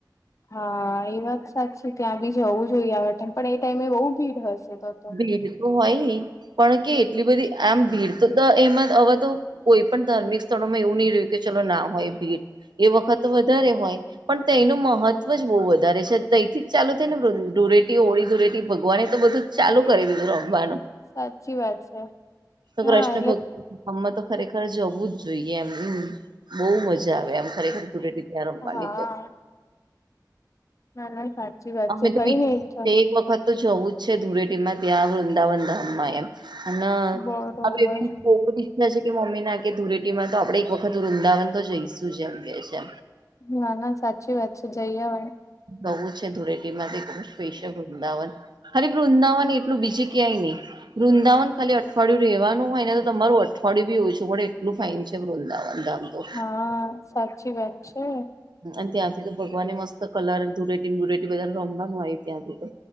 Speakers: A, on the left; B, on the right.
A: હા એ વાત સાચી ત્યાં બી જ હોવું જોઈએ આન પણ એ ટાઈમે બહુ ભીડ હશે તો તો
B: ભીડ તો હોય પણ કે એટલી બધી આમ ભીડ તો એમાં હવે તો કોઈ પણ ધાર્મિક સ્થળોમાં એવું નહી રહ્યું કે ચલો ના હોય ભીડ એ વખત વધારે હોય પણ તેનું મહત્વ જ બહુ વધારે છે તથી જ ચાલુ થઈ ને ધૂરેટી હોળી ધૂરેટી ભગવાને એ તો બધું ચાલુ કરી દીધું રમવાનુંુે
A: સાચી વાત છે
B: તો
A: હા
B: કૃષ્ણ
A: એટલે
B: ભગવાન હમે તો ખરેખર જો હોવું જ જોઈએ એમ બહુ મજા મજા આવે આમ ખરેખર તુરેેટી ત્યાં રમવાની
A: હા
B: તો
A: ના ના સાચી વાત
B: અમે
A: છે
B: તો
A: કઈ
B: બીજી
A: નઈ ઈચ્છા
B: તે એક વખત તો જવું જ છે ધૂળેટીમાં ત્યાં વૃંદાવન ધામમાં એમ. અને
A: બરોબર
B: <unintelligible> છે કે મમ્મી ના કે ધૂળેટીમાં તો આપડે એક વખત વૃંદાવન તો જઈશું જ એમ કે છે.
A: ના ના સાચી વાત છે જઈએવાાઈ
B: બહુ જ છે ધૂળેટી માંથી બહુ સ્પેશિયલ વૃંદાવન હરે પણ ઊંદા એટલ બીજ ક્યાંય નહી વૃંદાવન ખાલી અઠવાિયું રહેવાનું હોય ને તો તમારું અઠવાડયુંી ઓછું પડે એટલું ફાાઈન છે વૃંદાવન ધામ તો
A: હા સાચી વાત છે
B: અને ત્યાંથી તો ભગવાને મસ્ત કલર ધુરેટી ગુરેટી બધા રમવાનું આય ત્યાંથી તો